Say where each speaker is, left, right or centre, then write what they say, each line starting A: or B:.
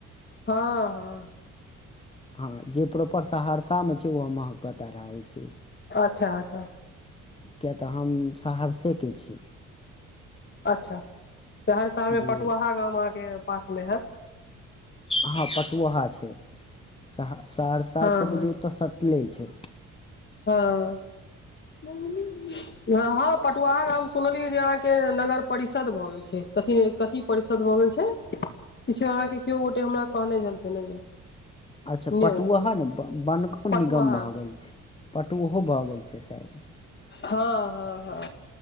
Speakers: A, on the left; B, on the left.
A: हँ हँ
B: हँ जे प्रॉपर सहरसामे छै ओ हम अहाँ केँ बता रहल छी।
A: अच्छा -अच्छा
B: किए तऽ हम सहरसे के छी।
A: अच्छा सहरसामे
B: जी
A: पटुआहा गाम अहाँके पासमे हेएत।
B: हँ पटुआहा छै सहा -सहरसा
A: हँ
B: सँ
A: हँ
B: बुझियौ तऽ सट ले छै।
A: हँ। म्ममी हँ हँ पटुआहा गाम सुनलियै जे अहाँके नगर परिषद भऽ गेल छै कथी- कथी परिषद भऽ गेल छै। किछ अहाँके केओ गोटे हमरा कहने छेलखिन हेँ जे
B: अच्छा
A: ने
B: पटुआह ने ब -बनखन
A: पटुआहा
B: निगम भऽ गेल छै पटुवोहो भऽ गेल छै सैयद।
A: हँ हँ हँ